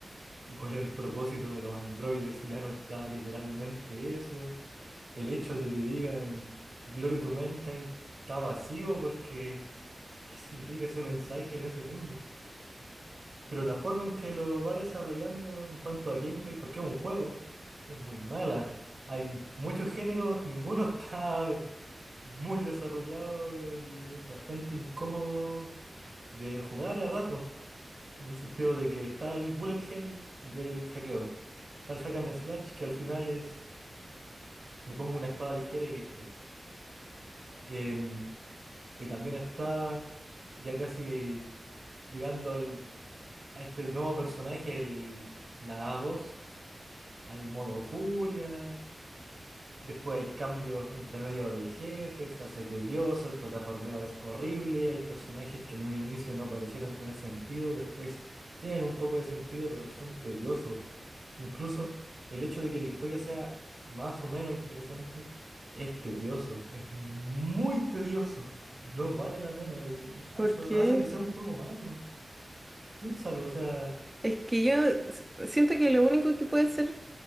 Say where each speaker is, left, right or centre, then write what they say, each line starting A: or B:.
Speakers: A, on the right; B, on the right.
A: y cuál es el propósito de los androides si ya no está literalmente eso. El hecho de que digan Glory to Mankind está vacío porque ¿qué significa ese mensaje en ese mundo? Pero la forma en que lo va desarrollando en cuanto a gameplay, porque es un juego, es muy mala. Hay muchos géneros, ninguno <laughs> está muy desarrollado eh, y es bastante incómodo de jugar a rato. En el sentido de que está el bullet hell del hackeo. Está el hack and slash que al final es me pongo una espada ligera y listo. Em, Y también está ya casi llegando al- a este nuevo personaje, el, la A2. Hay un modo furia, Después hay cambios entre medio de jefes, se hace tedioso, el plataformeo es horrible, hay personajes que en un inicio no parecieran tener sentido, después tienen un poco de sentido, pero son tediosos. Incluso el hecho de que la historia sea más o menos interesante es tedioso, es muy tedioso, no vale la pena y
B: porque
A: eso hace que sea un juego malo. Piénsalo, o sea,
B: es que yo s- siento que lo único que puede ser,